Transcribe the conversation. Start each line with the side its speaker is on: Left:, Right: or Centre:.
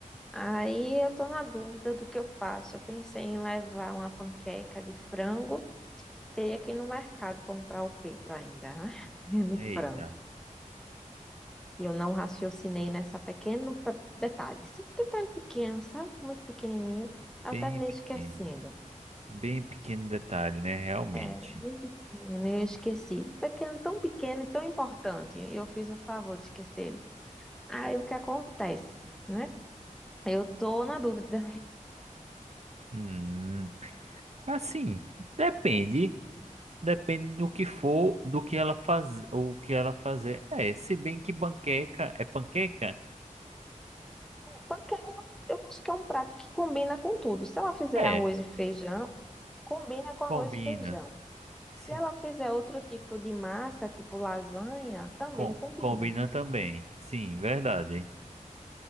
Centre: Aí eu tô na dúvida do que eu faço. Eu pensei em levar uma panqueca de frango Teria que ir no mercado comprar o peito ainda, né? <laughs> de
Right: Eita,
Centre: frango. E eu não raciocinei nessa pequeno pe- detalhe. Esse detalhe pequeno, sabe? Muito pequenininho. Eu
Right: bem
Centre: terminei
Right: pequeno.
Centre: esquecendo.
Right: Bem pequeno detalhe, né? Realmente.
Centre: É, bem pequeno, eu esqueci. Pequeno, tão pequeno e tão importante. E eu fiz o favor de esquecer ele. Aí o que acontece, né? Eu tô na dúvida.
Right: Hum, assim, depende. Depende do que for, do que ela faz, o que ela fazer. É, se bem que panqueca é panqueca,
Centre: É, panqueca, eu acho que é um prato que combina com tudo. Se ela fizer
Right: é,
Centre: arroz e feijão, combina com arroz
Right: combina.
Centre: e feijão.
Right: Se,
Centre: Se ela fizer outro tipo de massa, tipo lasanha, também
Right: com,
Centre: combina.
Right: combina também. Sim, verdade.